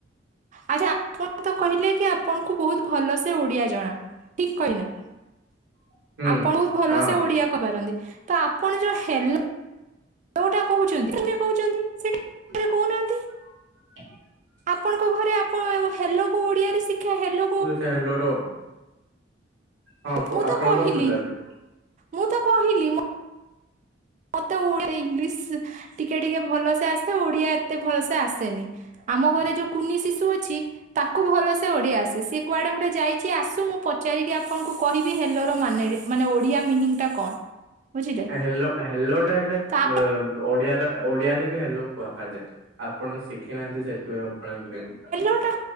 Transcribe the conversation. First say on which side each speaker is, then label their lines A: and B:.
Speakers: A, on the right; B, on the right.
A: ଆଚ୍ଛା ଆପଣ ତ କହିଥିଲେ କି ଆପଣଙ୍କୁ ବହୁତ ଭଲ ସେ ଓଡିଆ ଜଣା ଠିକ କହିଲି ନା।
B: <inaudible>
A: ଆପଣ ବହୁତ ଭଲ
B: ହଁ।
A: ସେ ଓଡିଆ କହିପାରନ୍ତି ତ ଆପଣ ଯୋଉ ହେଲୋ ଯୋଉଟା କହୁଛନ୍ତି <unintelligible> କହୁଛନ୍ତି। ସେଇଟା
B: <unintelligible>
A: କହୁନାହାନ୍ତି। ଆପଣଙ୍କ ଘରେ ଆପଣ ଓ ହେଲୋକୁ ଓଡିଆରେ ଶିକ୍ଷା ହେଲୋକୁ।
B: ହେଲୋ ର ହଁ କୁ
A: ମୁଁ
B: ଆପଣ
A: ତ କହିଲି
B: କୁହନ୍ତୁ ତାହେଲେ।
A: ମୁଁ ତ କହିଲି ମ ମତେ ଓଡ଼ିଆ ଇଂଲିଶ ଟିକେ ଟିକେ ଭଲସେ ଆସେ ଓଡିଆ ଏତେ ଭଲସେ ଆସେନି। ଆମ ଘରେ ଯୋଉ କୁନି ଶିଶୁ ଅଛି ତାକୁ ଭଲସେ ଓଡିଆ ଆସେ ସିଏ କୁଆଡେ ଗୋଟେ ଯାଇଛି ଆସୁ ମୁଁ ପଚାରିକି ଆପଣଙ୍କୁ କହିବି ହେଲୋର ମାନେ ମାନେ ଓଡିଆ ମିନିଂଟା କଣ? ବୁଝିଲେ
B: ଏ ହେଲୋ ହେଲୋଟା ଏଇଟା
A: ତ ଆପଣ
B: ବ ଓଡିଆ ର ଓଡିଆରେ ବି ହେଲୋ କୁହାଯାଏ। ଆପଣ ତ୍ ଶିଖି ନାହାନ୍ତି ସେଥିପାଇଁ ଆପଣ ମିଳିବ।
A: ଅ ଟା